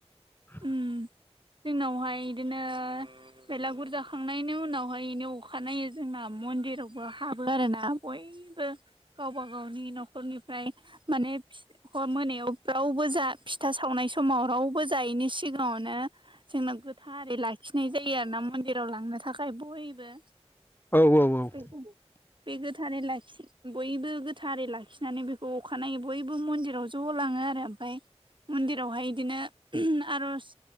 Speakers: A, on the left; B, on the right.
A: <inaudible>
B: उम जोंनावहाय इदिनो बेलागुर जाखांनायनि उनावहायनो अखानायो जोंना मन्दिरावबो हाबो आरो ना बय इसिबो गावबा गावनि न'खरनिफ्राय माने फि हर मोनायाव रावबो जा फिथा सावनाय समाव रावबो जायैनि सिगाङावनो जोंना गोथारै लाखिनाय जायो आरो ना मन्दिराव लांनो थाखाय बयबो।
A: औ औ औ।
B: औ औ। बे गोथारै लाखि बयबो गोथारै लाखिनानै बेखौ अखानायै बयबो मन्दिराव ज ज' लाङो आरो ओमफ्राय मन्दिरावहाय बिदिनो आरज